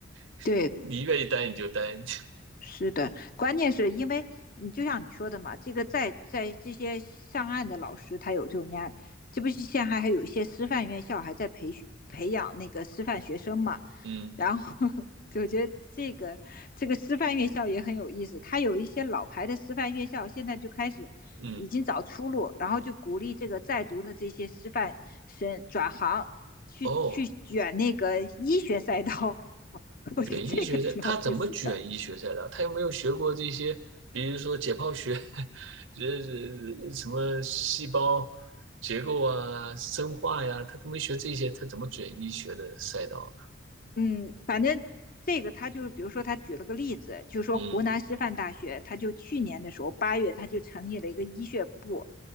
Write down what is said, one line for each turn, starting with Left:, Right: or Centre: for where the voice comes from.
Right: <laughs>
Left: 对，
Right: 你愿意待你就待，<laughs>
Left: 是的，关键是因为你就像你说的嘛，这个在在这些上岸的老师，他有这种压力。这不是现在还有一些师范院校还在培训培养那个师范学生嘛？
Right: 嗯
Left: 然后 <laughs> 我觉得这个这个师范院校也很有意思，他有一些老牌的师范院校现在就开始已经找出路，
Right: 嗯，
Left: 然后就鼓励这个在读的这些师范生转行去去卷那个医学赛道。
Right: 哦，
Left: <laughs> 我觉得这个挺有意思的。
Right: 卷医学赛，他怎么卷医学赛的？他有没有学过这些，比如说解剖学，<laughs> 呃这什么细胞结构啊、生化呀，他都没学这些，他怎么卷医学的赛道呢？
Left: 嗯，反正这个他就是，比如说他举了个例子，就说湖南师范大学，
Right: 嗯
Left: 他就去年的时候八月，他就成立了一个医学部，